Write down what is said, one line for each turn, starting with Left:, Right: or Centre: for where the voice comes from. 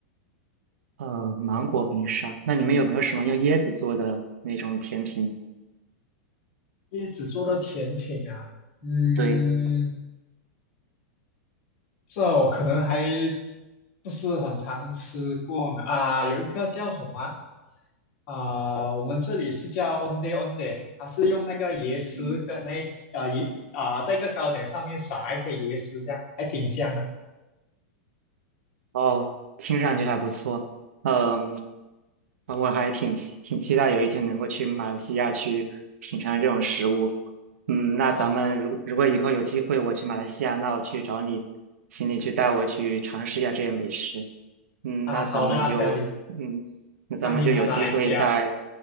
Right: 呃，芒果冰沙，那你们有没有什么用椰子做的那种甜品呢？
Left: 椰子做的甜品啊，嗯，
Right: 对，
Left: 这我可能还不是很常吃过呢。啊，有一个叫什么啊、啊我们这里是叫 onde onde，它是用那个椰丝跟那一呃椰啊、
Right: 嗯，
Left: 在一个糕点上面撒一些椰丝，这样还挺香的
Right: 哦，听上去还不错，嗯，呃我还挺期挺期待有一天能够去马来西亚去品尝这种食物。嗯，那咱们如如果以后有机会我去马来西亚，
Left: 啊。
Right: 那我去找你，请你去带我去尝试一下这些美食。嗯，
Left: 啊，
Right: 那咱们就嗯，
Left: 好的啊，小李，
Right: 那咱们就有机会再
Left: 欢迎来马来西亚